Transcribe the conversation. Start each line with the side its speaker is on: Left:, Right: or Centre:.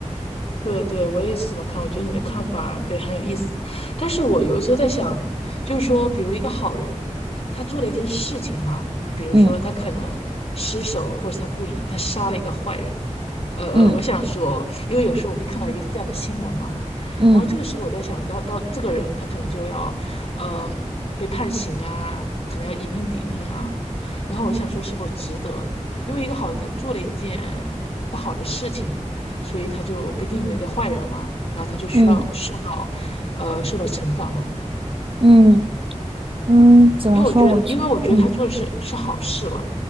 Left: 对对，我也是这么看。我觉得你的看法对很有意思，但是我有的时候在想，就是说，比如一个好人，他做了一件事情哈、比如说他可能失手，
Right: 嗯
Left: 或者他故意，他杀了一个坏人。呃呃，
Right: 嗯
Left: 我想说，因为有时候我会看到一个这样的新闻嘛，
Right: 嗯
Left: 然后这个时候我在想，然后到这个人他可能就要，嗯、被判刑啊，可能要以命抵命啊。然后我想说，是否值得？因为一个好人他做了一件不好的事情。所以他就被定义为一个坏人嘛，然后他就需要受到，
Right: 嗯
Left: 呃，受到惩罚嘛。
Right: 嗯嗯，嗯怎么说？
Left: 因为我觉得，
Right: 我去，
Left: 因为我觉得他做的是是好事吧，
Right: 嗯。